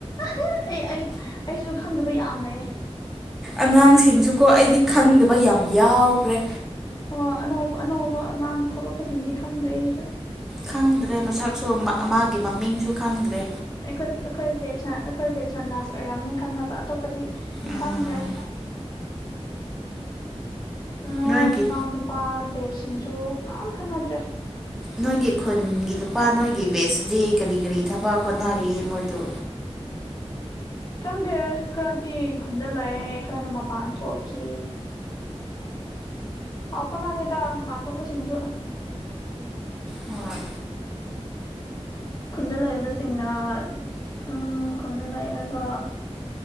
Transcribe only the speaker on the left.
ꯑꯩ - ꯑꯩ ꯑꯩꯖꯨ ꯈꯪꯗꯕ ꯌꯥꯝ ꯂꯩꯌꯦ ꯫
ꯍꯥ ꯑꯅꯧꯕ ꯑꯅꯧꯕ ꯑꯉꯥꯡ ꯊꯣꯛꯂꯛꯄꯁꯤꯡꯗꯤ ꯈꯪꯗ꯭ꯔꯦ ꯑꯩꯁꯨ
ꯑꯩꯈꯣꯏꯒꯤ ꯑꯩꯈꯣꯏ ꯕꯦꯠꯁꯅꯥ ꯑꯩꯈꯣꯏ ꯕꯦꯠꯁꯅꯥ ꯂꯥꯁ ꯑꯣꯏꯔꯝꯅꯤ ꯈꯪꯅꯕ ꯑꯇꯣꯞꯄꯗꯤ
ꯈꯪꯗ꯭ꯔꯦ ꯅꯅꯥꯎ
ꯅꯨꯄꯥ ꯕꯦꯠꯁ ꯁꯤꯡꯁꯨ ꯀ꯭ꯅꯥꯝ ꯈꯪꯅꯗ꯭ꯔꯦ
ꯈꯪꯗꯦ ꯈꯔꯗꯤ ꯈꯨꯟꯗ ꯂꯩ ꯈꯔꯅ ꯃꯄꯥꯟ ꯊꯣꯛꯈꯤ ꯄꯥꯎ ꯐꯥꯎꯅꯥꯗꯦꯗꯥ ꯃꯄꯥꯟꯊꯣꯛꯄꯁꯤꯡꯁꯨ
ꯈꯨꯟꯗ ꯂꯩꯕꯁꯤꯡꯅ ꯇꯨꯝ ꯈꯨꯟꯗ ꯂꯩꯔꯒ